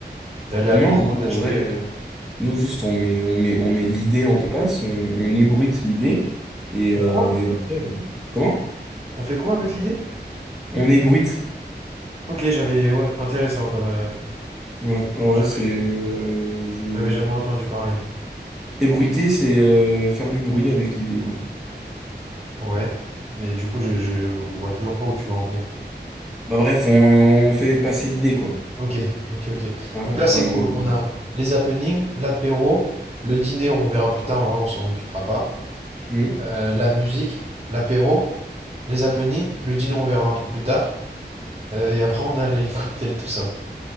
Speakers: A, on the right; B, in the centre.
A: D'aller
B: non,
A: à métro, d'acheter...
B: en vrai. euh, Nous, juste, on met, on met, on met l'idée en place, on, on ébruite l'idée, et,
A: On
B: euh,
A: quoi?
B: et après, euh, comment?
A: On fait quoi avec l'idée?
B: On ébruite.
A: Ok, j'avais... Ouais, intéressant comme... euh,
B: Ouais, ouais,
A: J'avais,
B: ouais, c'est... euh, je...
A: j'avais jamais entendu parler.
B: Ébruiter, c'est euh, faire du bruit avec l'idée, quoi.
A: Ouais, mais du coup, je, je vois toujours pas où tu veux en venir.
B: Bah bref, on, on fait passer l'idée, quoi.
A: Ok, ok, ok.
B: Ah,
A: Donc
B: euh,
A: là,
B: pas
A: c'est
B: me-
A: cool. On
B: voilà.
A: a les happenings, l'apéro, le dîner, on verra plus tard. En vrai, on s'en occupera pas.
B: Mhm,
A: Euh, la musique, l'apéro, les happenings, le dîner, on verra un peu plus tard. Euh, et après, on a les <laughs> cocktails, tout ça.